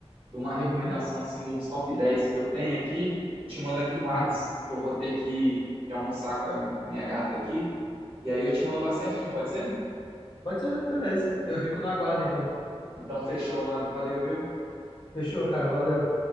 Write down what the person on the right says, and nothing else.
de uma recomendação,
assim, de uns top 10 que eu tenho aqui, eu te mando aqui no Whats,
que eu vou ter que ir almoçar com a, com a minha gata aqui, E aí eu te mando lá certinho, pode ser?
Então fechou, mano. Valeu, viu?